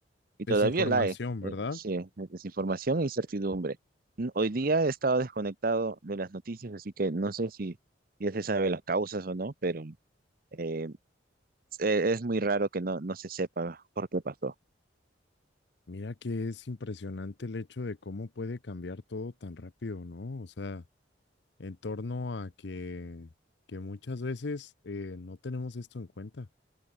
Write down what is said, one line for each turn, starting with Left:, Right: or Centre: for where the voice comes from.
Right: y todavía
Left: Desinformación,
Right: la hay, eh,
Left: ¿verdad?
Right: sí, desinformación e incertidumbre. N- Hoy día he estado desconectado de las noticias, así que no sé si ya se sabe las causas o no, pero eh, e- es muy raro que no, no se sepa por qué pasó.
Left: Mira que es impresionante el hecho de cómo puede cambiar todo tan rápido, ¿no? O sea, en torno a que, que muchas veces eh, no tenemos esto en cuenta.